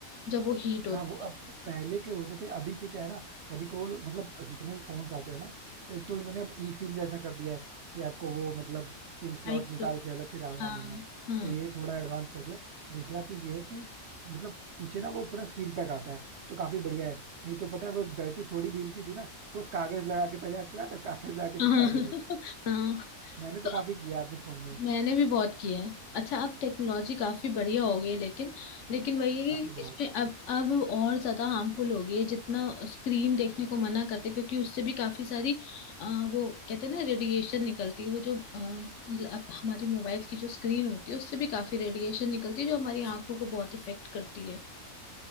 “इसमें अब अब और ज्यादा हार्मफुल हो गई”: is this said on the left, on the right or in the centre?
Left